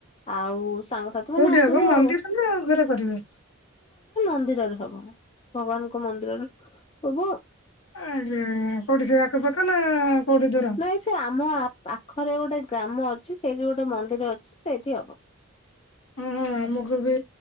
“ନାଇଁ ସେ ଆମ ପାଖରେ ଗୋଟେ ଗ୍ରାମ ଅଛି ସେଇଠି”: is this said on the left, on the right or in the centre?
Left